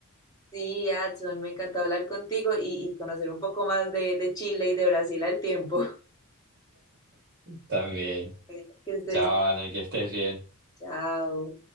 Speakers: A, on the left; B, on the right.
A: Sí, Adson, me encantó hablar contigo y, y conocer un poco más de, de Chile y de Brasil al tiempo.
B: también.
A: <laughs> Que estés
B: Chao, Ana,
A: bien.
B: que estés bien.
A: Chao.